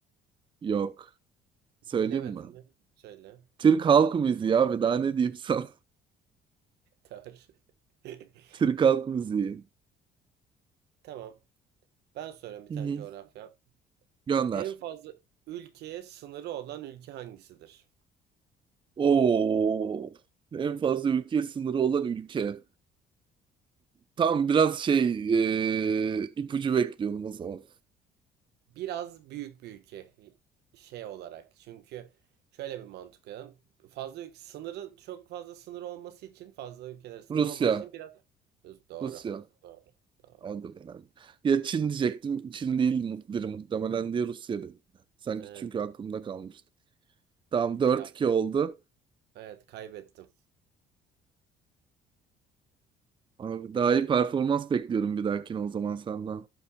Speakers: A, on the right (about 30°); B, on the right (about 75°).
A: Yok. Söyleyeyim
B: Bilemedim
A: mi?
B: de. Söyle.
A: Türk halk müziği abi daha ne diyeyim sana?
B: <laughs> Tar. <laughs>
A: <laughs> Türk halk müziği.
B: Tamam. Ben soruyorum bir
A: Hı
B: tane
A: hı.
B: coğrafya.
A: Gönder.
B: En fazla ülkeye sınırı olan ülke hangisidir?
A: Oo. En fazla ülke sınırı olan ülke. Tam biraz şey e, ipucu bekliyorum o zaman.
B: Biraz büyük bir ülke şey olarak. Çünkü şöyle bir mantık koyalım. Fazla ülke sınırı çok fazla sınır olması için fazla ülkelere sınır
A: Rusya.
B: olması için biraz doğru.
A: Rusya.
B: Doğru. Doğru.
A: Aldım yani. Ya Çin diyecektim. Çin değil mu- biri muhtemelen diye Rusya dedim. Sanki
B: Evet.
A: çünkü aklımda kalmıştı. Tamam dört
B: Ya
A: iki oldu.
B: evet kaybettim.
A: Abi daha iyi performans bekliyorum bir dahakine o zaman senden.